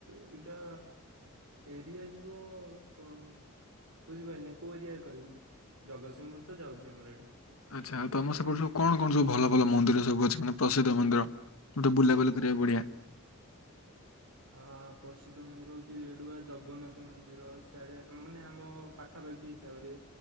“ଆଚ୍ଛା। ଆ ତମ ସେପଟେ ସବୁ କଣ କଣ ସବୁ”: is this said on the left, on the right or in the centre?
Left